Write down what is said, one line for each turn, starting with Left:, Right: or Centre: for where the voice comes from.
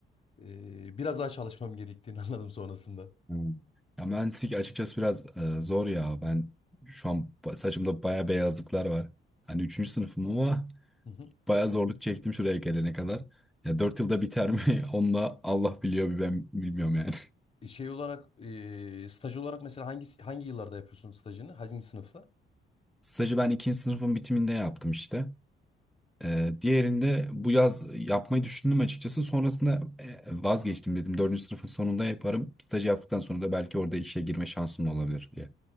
Left: e, biraz daha çalışmam gerektiğini <laughs> anladım sonrasında.
Centre: Hmm. Ya mühendislik açıkçası biraz e, zor ya. Ben şu an ba- saçımda baya beyazlıklar var. Hani 3. sınıfım ama
Left: Hı hı.
Centre: Bayağı zorluk çektim şuraya gelene kadar. Ya 4 yılda biter mi? <laughs> Onu da Allah biliyor bir ben bilmiyorum yani.
Left: E, Şey olarak e, staj olarak mesela hangi hangi yıllarda yapıyorsun stajını? Hangi sınıfta?
Centre: <laughs> Stajı ben ikinci sınıfın bitiminde yaptım işte. Ee, diğerinde bu yaz yapmayı düşündüm açıkçası. Sonrasında e, vazgeçtim dedim. Dördüncü sınıfın sonunda yaparım. Stajı yaptıktan sonra da belki orada işe girme şansım da olabilir diye.